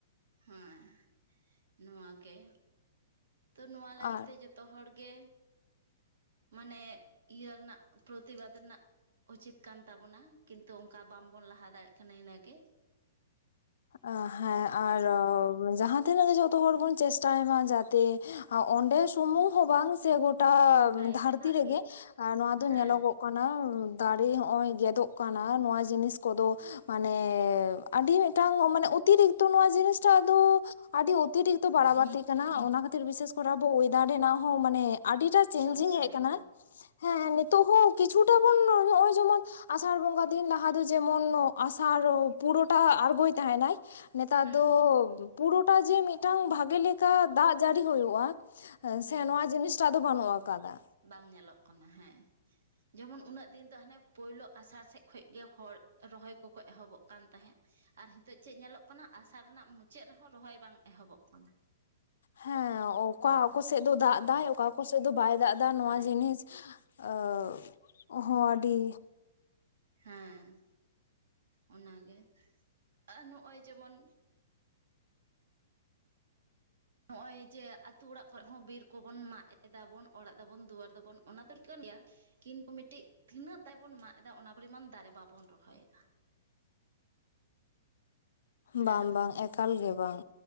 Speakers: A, on the right; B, on the left.
A: ᱦᱮᱸ, ᱱᱚᱣᱟ ᱜᱮ ᱛᱚ ᱱᱚᱣᱟ ᱞᱟᱜᱤᱫ
B: ᱟᱨ
A: ᱛᱮ ᱡᱚᱛᱚ ᱡᱚᱛᱚ ᱦᱚᱲ ᱜᱮ ᱢᱟᱱᱮ ᱤᱭᱟᱹ ᱨᱮᱱᱟᱜ ᱯᱨᱚᱛᱤᱵᱟᱫᱽ ᱨᱮᱱᱟᱜ ᱩᱪᱤᱛ ᱠᱟᱱ ᱛᱟᱵᱚ ᱵᱚᱱᱟ ᱠᱤᱱᱛᱩ ᱚᱱᱠᱟ ᱵᱟᱝᱵᱚᱱ ᱞᱟᱦᱟ ᱫᱟᱲᱮᱭᱟᱜ ᱠᱟᱱᱟ ᱤᱱᱟᱹ ᱜᱮ᱾
B: ᱚ ᱦᱮᱸ ᱟᱨ ᱡᱟᱦᱟ ᱛᱤᱱᱟᱹᱜ ᱜᱮ ᱡᱚᱛᱚ ᱦᱚᱲ ᱵᱚᱱ ᱪᱮᱥᱴᱟᱭ ᱢᱟ ᱡᱟᱛᱮ ᱚᱸᱰᱮ ᱥᱩᱢᱩᱝ ᱦᱚ ᱵᱟᱝ ᱥᱮ ᱜᱚᱴᱟ
A: ᱜᱚᱴᱟᱭ
B: ᱫᱷᱟᱨᱛᱤ
A: ᱨᱮᱱᱟᱜ
B: ᱨᱮ ᱜᱮ, ᱮᱸ ᱱᱚᱣᱟ ᱫᱚ
A: ᱦᱮᱸ
B: ᱧᱮᱞᱚᱜᱚᱜ ᱠᱟᱱᱟ, ᱫᱟᱨᱮ ᱦᱚᱜᱼᱚᱭ ᱜᱮᱫᱚᱜ ᱠᱟᱱᱟ ᱱᱚᱣᱟ ᱡᱤᱱᱤᱥ ᱠᱚ ᱫᱚ ᱢᱟᱱᱮ ᱟᱰᱤ ᱢᱤᱫᱴᱟᱝ ᱢᱟᱱᱮ ᱚᱛᱤᱨᱤᱠᱛᱚ ᱱᱚᱣᱟ ᱡᱤᱱᱤᱥᱴᱟᱜ ᱫᱚ ᱟᱰᱤ ᱚᱛᱤᱨᱤᱠᱛᱚ ᱵᱟᱲᱟ ᱵᱟᱲᱛᱤᱜ ᱠᱟᱱᱟ ᱚᱱᱟ ᱠᱷᱟᱛᱤᱨ ᱵᱤᱥᱮᱥ ᱠᱚ ᱨᱮ ᱟᱵᱚ ᱚᱭᱮᱫᱟᱨ ᱨᱮᱱᱟᱜ ᱦᱚᱸ ᱢᱟᱱᱮ ᱟᱰᱤᱴᱟ ᱪᱮᱧᱡᱤᱝ
A: ᱥᱚᱢᱚᱥᱥᱟ
B: ᱦᱮᱡ
A: ᱦᱩᱭᱩᱜ
B: ᱠᱟᱱᱟ᱾ ᱦᱮᱸ ᱱᱤᱛᱚᱜ ᱦᱚᱸ ᱠᱤᱪᱷᱩᱴᱟ ᱵᱚᱱ ᱱᱚᱜᱼᱚᱭ ᱡᱮᱢᱚᱱ ᱟᱥᱟᱲ ᱵᱚᱸᱜᱟ ᱫᱤᱱ ᱞᱟᱦᱟ ᱫᱚ ᱡᱮᱢᱚᱱ ᱟᱥᱟᱲ ᱯᱩᱨᱳ ᱴᱟ ᱟᱬᱜᱚᱭ ᱛᱟᱦᱮᱱᱟᱭ, ᱱᱮᱛᱟᱨ
A: ᱦᱩᱸ
B: ᱫᱚ ᱯᱩᱨᱳ ᱴᱟ ᱡᱮ ᱢᱤᱫᱴᱟᱝ ᱵᱷᱟᱜᱮ ᱞᱮᱠᱟ ᱫᱟᱜ ᱡᱟᱲᱤ ᱦᱩᱭᱳᱜᱼᱟ,
A: ᱦᱩᱸ
B: ᱥᱮ ᱱᱚᱣᱟ ᱡᱤᱱᱤᱥ ᱪᱟ ᱫᱚ ᱵᱟᱱᱩᱜ ᱟᱠᱟᱫᱟ᱾
A: ᱵᱟᱝ ᱧᱮᱞᱚᱜ ᱠᱟᱱᱟ, ᱦᱮᱸ᱾ ᱡᱮᱢᱚᱱ ᱩᱱᱟᱹᱜ ᱫᱤᱱ ᱫᱚ ᱦᱟᱱᱮ ᱯᱳᱭᱞᱳ ᱟᱥᱟᱲ ᱥᱮᱡ ᱠᱷᱚᱱ ᱜᱮ ᱦᱚᱲ ᱨᱚᱦᱚᱭ ᱠᱚ ᱠᱚ ᱮᱦᱚᱵᱚᱜ ᱠᱟᱱ ᱛᱟᱦᱮᱸᱫ᱾ ᱟᱨ ᱦᱤᱛᱚᱜ ᱪᱮᱫ ᱧᱮᱞᱚᱜ ᱠᱟᱱᱟ ᱟᱥᱟᱲ ᱨᱮᱱᱟᱜ ᱢᱩᱪᱟᱹᱫ ᱨᱮᱦᱚᱸ ᱨᱚᱦᱚᱭ ᱵᱟᱝ ᱮᱦᱚᱵᱚᱜ ᱠᱟᱱᱟ᱾
B: ᱦᱮᱸ, ᱚᱸᱠᱟ
A: ᱦᱮᱸ
B: ᱠᱚ ᱥᱮᱫ ᱫᱚ ᱫᱟᱜᱽ
A: ᱦᱮᱸ
B: ᱫᱟᱭ, ᱚᱠᱟ ᱠᱚ ᱥᱮᱫ ᱫᱚ ᱵᱟᱭ ᱫᱟᱜ ᱮᱫᱟ, ᱱᱚᱣᱟ
A: ᱵᱟᱭ
B: ᱡᱤᱱᱤᱥ ᱟᱳ ᱦᱚᱸ ᱟᱰᱤ
A: ᱦᱮᱸ ᱚᱱᱟ ᱜᱮ ᱟᱨ ᱱᱚᱜᱼᱚᱭ ᱡᱮᱢᱚᱱ ᱱᱚᱜᱼᱚᱭ ᱡᱮ ᱟᱛᱩ ᱚᱲᱟᱜ ᱠᱷᱚᱱ ᱦᱚᱸ ᱵᱤᱨ ᱠᱚ ᱵᱚᱱ ᱢᱟᱜ ᱮᱫᱟᱵᱚᱱ ᱚᱲᱟᱜ ᱫᱟᱵᱚᱱ ᱫᱩᱣᱟᱹᱨ ᱫᱟᱵᱚᱱ ᱚᱱᱟ ᱫᱚ ᱴᱷᱤᱠᱟᱹᱱ ᱜᱮᱭᱟ᱾ ᱠᱤᱱᱛᱩ ᱢᱤᱫ ᱴᱤᱡ ᱛᱤᱱᱟᱹᱜ ᱫᱟᱨᱮ ᱵᱚᱱ ᱢᱟᱜ ᱮᱫᱟ ᱚᱱᱟ ᱯᱚᱨᱤᱢᱟᱱ ᱫᱟᱨᱮ ᱵᱟᱵᱚᱱ ᱨᱚᱦᱚᱭᱮᱫᱟ᱾ ᱦᱮᱞᱳ
B: ᱵᱟᱝ ᱵᱟᱝ ᱮᱠᱟᱞ ᱜᱮ ᱵᱟᱝ᱾